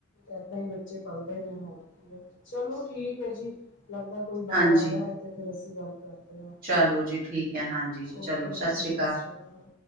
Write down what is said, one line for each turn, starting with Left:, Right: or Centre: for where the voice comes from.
Left: ਏਦਾਂ ਹੀ ਬੱਚੇ ਪਲਦੇ ਨੇ ਹੋਰ ਕੀ ਹੈ ਚਲੋ ਠੀਕ ਹੈ ਜੀ ਲੱਗਦਾ ਕੋਈ ਬਾਹਰ
Right: ਹਾਂਜੀ
Left: ਆਇਆ ਹੈ ਤੇ ਫਿਰ ਅਸੀਂ ਗੱਲ ਕਰਦੇ ਹਾਂ
Right: ਚਲੋ ਜੀ ਠੀਕ ਹੈ ਹਾਂਜੀ ਜੀ
Left: ਓਕੇ
Right: ਚਲੋ
Left: ਜੀ
Right: ਸ੍ਰੀ
Left: ਸਤਿ ਸ਼੍ਰੀ ਅਕਾਲ